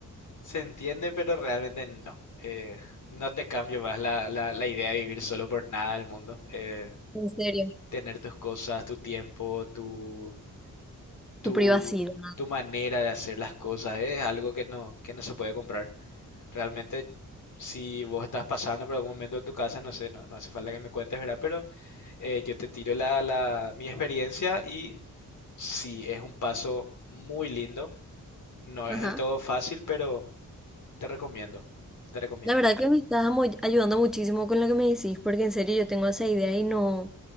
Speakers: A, on the left; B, in the centre.
A: Se entiende, pero realmente no. Eh, no te cambio más la, la, la idea de vivir solo por nada del mundo. Eh,
B: En serio.
A: tener tus cosas, tu tiempo, tu, tu,
B: Tu privacidad.
A: tu manera de hacer las cosas es algo que no, que no se puede comprar. Realmente, si vos estás pasando por algún momento en tu casa, no sé, no, no hace falta que me cuentes, ¿verdad? Pero eh, yo te tiro la, la, mi experiencia y sí, es un paso muy lindo. No es
B: Ajá.
A: del todo fácil, pero te recomiendo, te recomiendo.
B: La verdad que me estás amu- ayudando muchísimo con lo que me decís, porque en serio yo tengo esa idea y no,